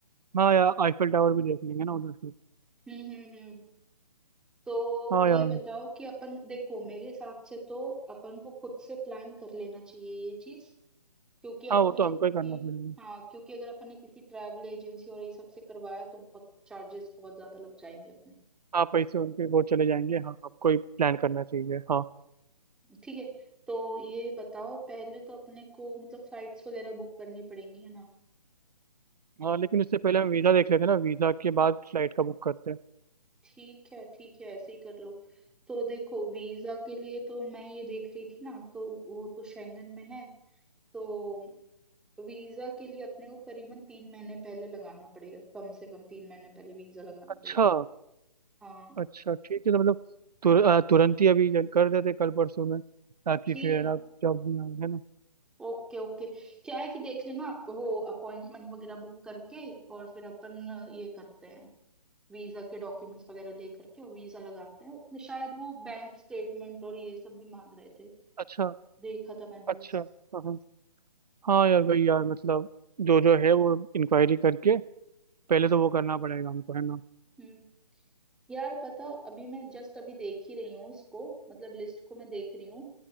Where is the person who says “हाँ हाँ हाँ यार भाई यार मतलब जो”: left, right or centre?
Right